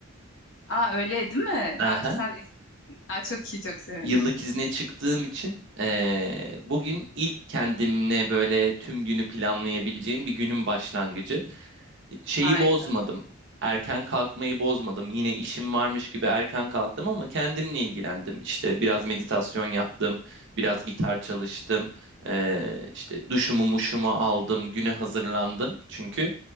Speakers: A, on the left (about 60°); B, on the right (about 60°).
A: Aa öyle değil mi?
B: Aha.
A: Artık sen izin. Aa, çok iyi çok sevindim.
B: yıllık izne çıktığım için eee, bugün ilk kendimle böyle tüm günü planlayabileceğim bir günün başlangıcı. Şeyi
A: Harika.
B: bozmadım. Erken kalkmayı bozmadım. Yine işim varmış gibi erken kalktım ama kendimle ilgilendim. İşte biraz meditasyon yaptım, biraz gitar çalıştım, eee, işte duşumu muşumu aldım, güne hazırlandım. Çünkü